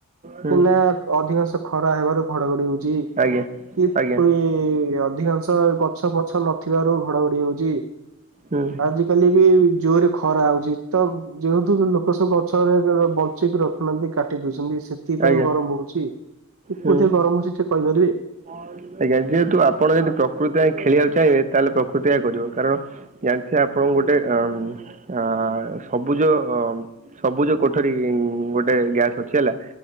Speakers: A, on the right; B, on the right.
A: ହୁଁ
B: କି ନା ଅଧିକାଂଶ ଖରା ହେବାରୁ ଘଡ଼ଘଡ଼ି ହଉଛି
A: ଆଜ୍ଞା
B: କିପି
A: ଆଜ୍ଞା
B: ଅଧିକାଂ ଶ ଗଛ ପଛ ନଥିବାରୁ ଘଡ଼ଘଡ଼ି ଯାଉଚି।
A: ହୁଁ।
B: ଆଜ କାଲି ବି ଜୋରେ ଖରା ହଉଛି ତ ଯେହେତୁ ଲୋକ ସବୁ ଗଛରେ ବ କିଛିବି ରଖୁନାହାନ୍ତି କାଟି ଦଉଛନ୍ତି ସେଥିପାଇଁ
A: ଆଜ୍ଞା
B: ଗରମ ହଉଛି କୋଉଥିପାଇଁ
A: ହୁଁ।
B: ଗରମ ହଉଛି ଟିକେ କହିପାରିବେ?
A: ଆଜ୍ଞା ଯେହେତୁ ଆପଣ ଯଦି ପ୍ରକୃତି ପାଇଁ ଖେଳିବାକୁ ଚାହିଁବେ ତାହେଲେ ପ୍ରକୃତି ଆ କରିବ କାରଣ ଜାଣିଥିବେ ଆପଣ ଗୋଟେ ଅମ- ଆ- ସବୁଜ ଅ ସବୁଜ କୋଠରୀ ଗୋଟେ ଗ୍ୟାସ୍ ଅଛି ହେଲା।